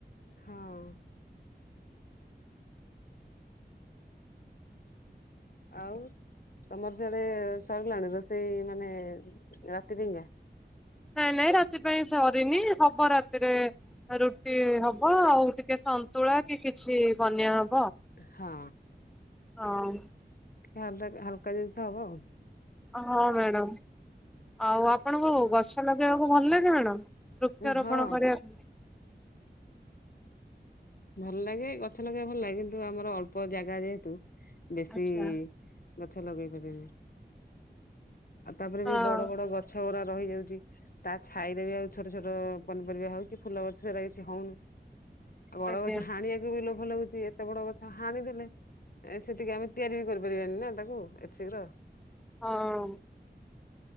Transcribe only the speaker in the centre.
ନାଇଁ ନାଇଁ ରାତି ପାଇଁ ସରିନି ହବ ରାତିରେ ରୁଟି ହବ ଆଉ ଟିକେ ସନ୍ତୁଳା କି କିଛି ବନ୍ୟା ହବ।
ହଁ।
ହଁ ମ୍ୟାଡ଼ାମ ଆଉ ଆପଣଙ୍କୁ ଗଛ ଲଗେଇବାକୁ ଭଲ ଲାଗେ ମ୍ୟାଡ଼ାମ? ବୃକ୍ଷରୋପଣ
କରିବା ପାଇଁ
ଆଚ୍ଛା
ହଁ
ଆଜ୍ଞା।
ହଁ।